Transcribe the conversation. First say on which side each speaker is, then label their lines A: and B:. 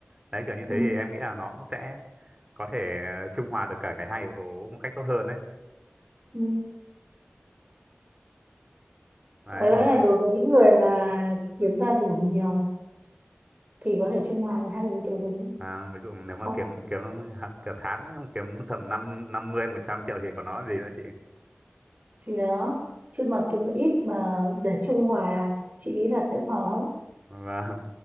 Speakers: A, on the right; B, on the right.
A: đấy kiểu như
B: ừ,
A: thế thì em nghĩ là nó cũng sẽ có thể ờ, trung hòa được cả cái hai yếu tố một cách tốt hơn đấy
B: ừ.
A: đấy
B: có lẽ là đối với những người mà kiếm ra đủ nhiều thì có thể trung hòa được hai yếu tố đấy
A: à, ví dụ nếu mà
B: hoặc
A: kiếm kiếm hạn- cả tháng mà kiếm tầm năm năm mươi một trăm triệu thì còn nói gì nữa chị
B: thì đó chứ mà kiếm được ít mà để trung hòa chị nghĩ là sẽ khó
A: vâng